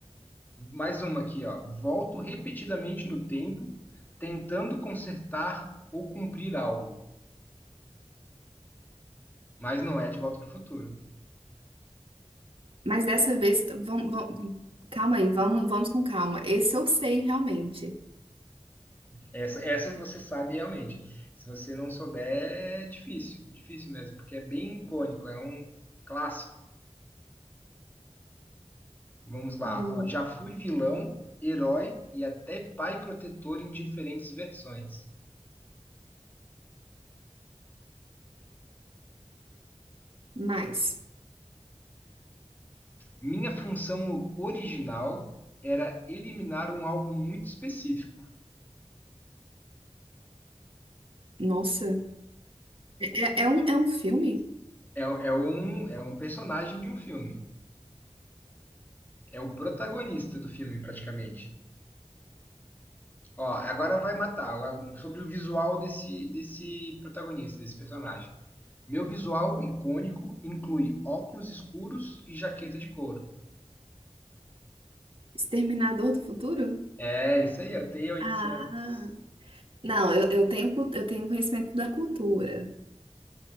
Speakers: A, on the left; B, on the right.
A: Mais uma aqui, ó. Volto repetidamente no tempo, tentando consertar ou cumprir algo. Mas não é De Volta para o Futuro.
B: Mas dessa vez, vamos, vamos- calma aí, vamos, vamos com calma. Esse eu sei realmente.
A: Essa, essa você sabe realmente. Se você não souber, é difícil, difícil mesmo, porque é bem icônico, é um clássico. Vamos lá.
B: Hum.
A: ó, já fui vilão, herói e até pai protetor em diferentes versões.
B: Mas,
A: Minha função original era eliminar um alvo muito específico.
B: nossa, é, é- é um, é um filme?
A: É, é um, é um personagem de um filme. É o protagonista do filme, praticamente. Ó, agora vai matar. agora, Sobre o visual desse, desse protagonista, desse personagem. Meu visual icônico inclui óculos escuros e jaqueta de couro.
B: Exterminador do Futuro?
A: É, isso aí, eu tenho 800.
B: Ah, não, eu, eu tenho, cu- eu tenho conhecimento da cultura.